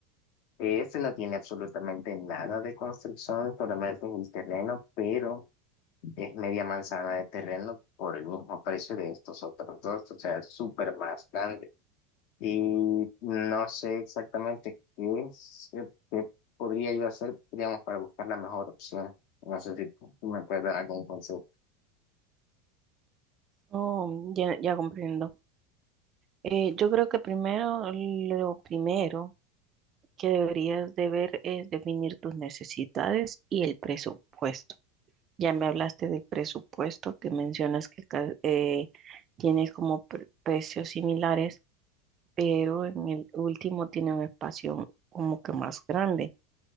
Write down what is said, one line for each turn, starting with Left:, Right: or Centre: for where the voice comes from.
Left: Este no tiene absolutamente nada de construcción, solamente es el terreno, pero es media manzana de terreno por el mismo precio de estos otros dos, o sea, es súper más grande. Y no sé exactamente qué es, eh, qué podría yo hacer, digamos, para buscar la mejor opción. No sé si tú tú me puedes dar algún consejo.
Right: Oh, ya, ya comprendo. Eh, yo creo que primero, lo primero, que deberías de ver es definir tus necesidades y el presupuesto. Ya me hablaste del presupuesto que mencionas que ca- eh, tiene como pre- precios similares, pero en el último tiene un espacio como que más grande.